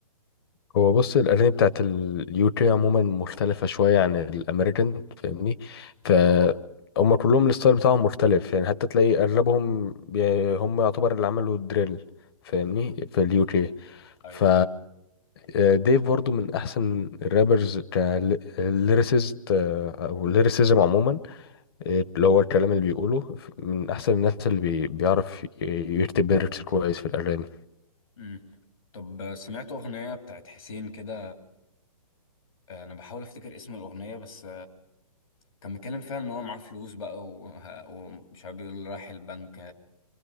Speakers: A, on the left; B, on the left.
A: هو بص الأغاني بتاعت اليوكي عموما مختلفة شوية عن الأمريكان فاهمني ف هما كلهم الستايل بتاعهم مختلف يعني حتى تلاقي أغلبهم بي- هم يعتبر اللي عملوا الدريل فاهمني في اليوكي
B: ايوه
A: ف
B: فاهم
A: آه، ديف برضو من أحسن الرابرز كليريسيست أو ليريسيزم عموما آه، اللي هو الكلام اللي بيقوله ف- من أحسن الناس اللي بي- بيعرف ي- يكتب ليركس كويس في الأغاني
B: امم طب سمعت اغنيه بتاعت حسين كده انا بحاول افتكر اسم الاغنيه بس كان بيتكلم فيها ان هو معاه فلوس بقى و... ومش عارف بيقول رايح البنك